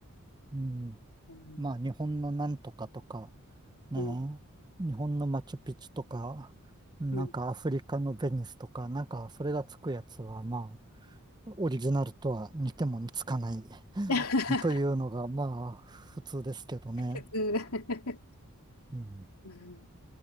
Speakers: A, on the right; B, on the left.
A: うん
B: うん。
A: まあ、日本のなんとかとか、ね。
B: うん。
A: 日本のマチュピチュとか、なんかアフリカのベニスとか、
B: うん。
A: なんかそれがつくやつは、まあ、オリジナルとは似ても似つかない
B: <laughs>
A: <laughs> というのが、まあ、普通ですけどね。
B: 普通
A: うん。
B: うん <laughs>